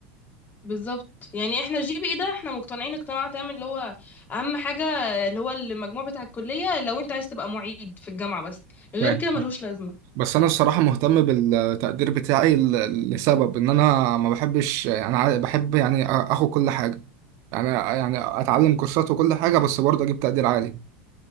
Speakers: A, on the left; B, on the right.
A: بالظبط يعني احنا الجي بي اي ده احنا مقتنعين اقتناع تام اللي هو اهم حاجه اللي هو المجموع بتاع الكليه لو انت عايز تبقى معيد في الجامعه بس غير
B: فاهم
A: كده ملوش لازمه
B: بس انا الصراحه مهتم بالتقدير بتاعي ل- لسبب ان انا ما بحبش انا ع- بحب يعني أ- اخد كل حاجه يعني يعني اتعلم كورسات وكل حاجه بس برضه اجيب تقدير عالي